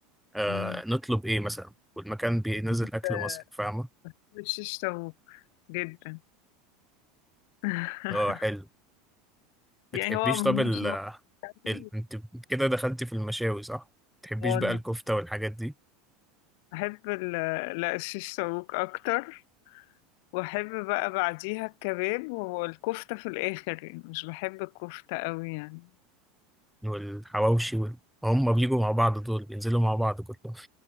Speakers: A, in the centre; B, on the left.
A: آه
B: مم.
A: نطلب ايه مثلا والمكان بينزل
B: آه،
A: اكل مصري فاهمه
B: الشيش طاووق جدا <laughs>
A: اه حلو بتحبيش
B: يعني هو مش
A: طب ال...
B: مصري
A: ال... انت كده دخلتي في المشاوي صح بتحبيش
B: هو
A: بقى الكفته والحاجات دي
B: بحب ال- لا الشيش طاووق أكتر واحب بقى بعديها الكباب والكفتة في الاخر يعني مش بحب الكفتة قوي يعني
A: والحواوشي وال... هم بيجوا مع بعض دول بينزلوا مع بعض كلهم